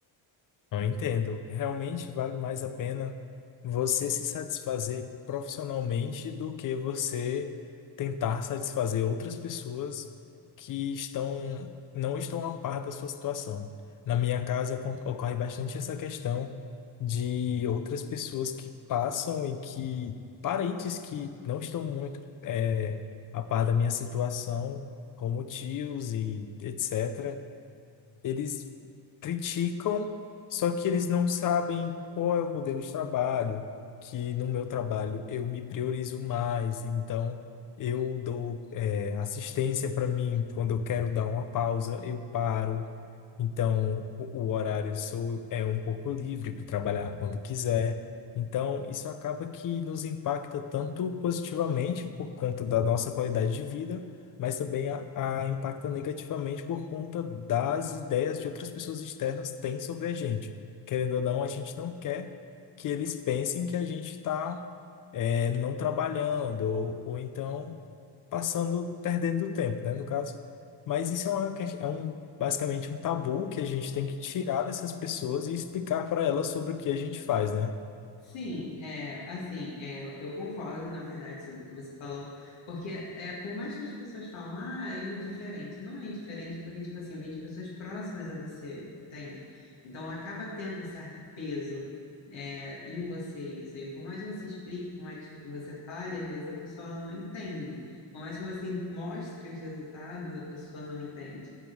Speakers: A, on the left (about 45°); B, on the left (about 65°).
A: Eu entendo. Realmente vale mais a pena você se satisfazer profissionalmente do que você tentar satisfazer outras pessoas que estão não estão a par da sua situação. Na minha casa acon- ocorre bastante essa questão de outras pessoas que passam e que parentes que não estão muito eh, a par da minha situação, como tios e etc. Eles criticam, só que eles não sabem qual é o modelo de trabalho, que no meu trabalho eu me priorizo mais, então eu dou, é, assistência para mim, quando eu quero dar uma pausa, eu paro. Então, o o horário seu é um pouco livre para trabalhar quando quiser. Então, isso acaba que nos impacta tanto positivamente por conta da nossa qualidade de vida, mas também a, a impacta negativamente por conta das ideias de outras pessoas externas têm sobre a gente. Querendo ou não, a gente não quer que eles pensem que a gente está, não trabalhando, ou ou então passando, perdendo tempo, né, no caso. Mas isso é uma, ques- é um, basicamente um tabu que a gente tem que tirar dessas pessoas e explicar para elas sobre o que a gente faz, né?
B: Sim, é, assim, é, eu concordo, na verdade, sobre o que você falou, porque é, por mais que as pessoas falam, ah, é indiferente, não é indiferente porque, tipo assim, vem de pessoas próximas a você, entende? Então, acaba tendo um certo peso, é, em você isso, e por mais que você explique, por mais que você fale, às vezes a pessoa ela não entende, por mais que você mostre os resultados, a pessoa não entende.